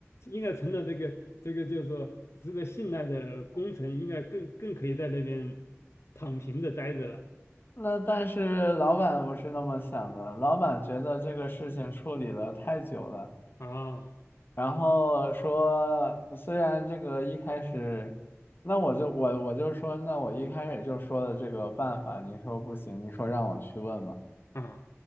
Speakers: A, on the left; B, on the left.
A: 应该成了这个这个叫说值得信赖的工程，应该更更可以在那边躺平着待着了
B: 那但是老板不是那么想的，老板觉得这个事情处理了太久了。
A: 啊
B: 然后说，虽然这个一开始，那我就我我就说，那我一开始就说的这个办法，您说不行，您说让我去问嘛，
A: 啊